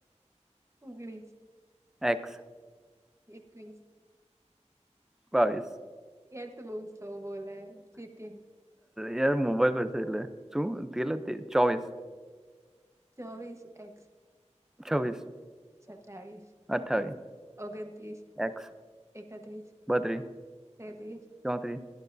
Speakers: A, on the right; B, in the centre.
A: ઓગણીસ
B: એકસ
A: એકવીસ
B: બાવીસ
A: એ તો બહુ સ્લો બોલે ચિટિંગ
B: યાર મોબાઈલ છે એટલે શું કેટલે ચોવીસ
A: ચોવીસ એક્સ
B: છવ્વીસ.
A: સતાવીશ,
B: અઠ્ઠાવીસ
A: ઓગનત્રીસ,
B: એક્સ
A: એકત્રીસ.
B: બત્રીસ
A: તેવીશ,
B: ચોત્રીસ